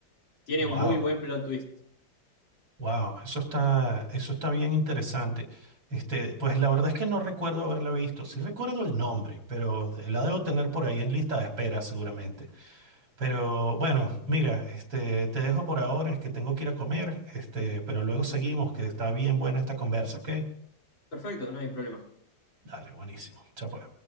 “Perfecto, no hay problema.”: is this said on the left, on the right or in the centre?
Left